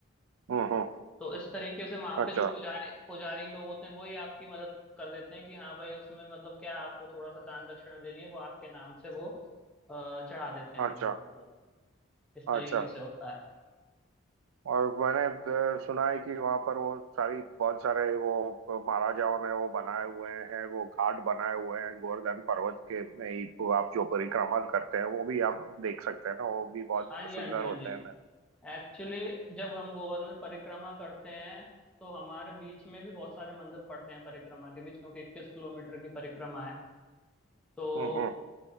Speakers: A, on the right; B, in the centre.
A: हम्म हम्म
B: तो इस तरीके से वहां
A: अच्छा
B: पे जो पुजारी पुजारी लोग होते हैं वही आपकी मदद कर देते हैं कि हाँ भाई उसमें मतलब क्या आपको थोड़ा सा दान दक्षिणा देनी है वो आपके नाम से वो अ, चढ़ा देते हैं
A: अच्छा
B: उनको मतलब इस तरीके
A: अच्छा
B: से होता है
A: और मैंने अ, सुना है कि वहां पर वो सारी बहुत सारे वो महाराजाओं ने वो बनाए हुए हैं वो घाट बनाए हुए हैं गोवर्धन पर्वत के में ही तो आप जो परिक्रमा करते हैं वो भी आप देख सकते हैं ना वो भी बहुत
B: हाँ जी
A: सुंदर
B: हाँ जी हाँ
A: होते
B: जी
A: हैं ना
B: एक्चुअली जब हम गोवर्धन परिक्रमा करते हैं तो हमारे बीच में भी बहुत सारे मंदिर पड़ते हैं परिक्रमा के बीच क्योंकि इक्कीस किलोमीटर की परिक्रमा है तो
A: हम्म हम्म